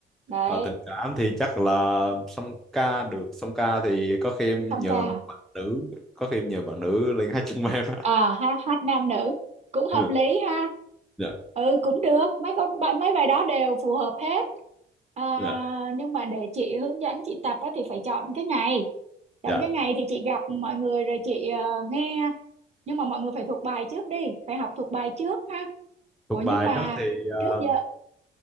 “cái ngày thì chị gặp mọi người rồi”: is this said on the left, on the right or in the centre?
Right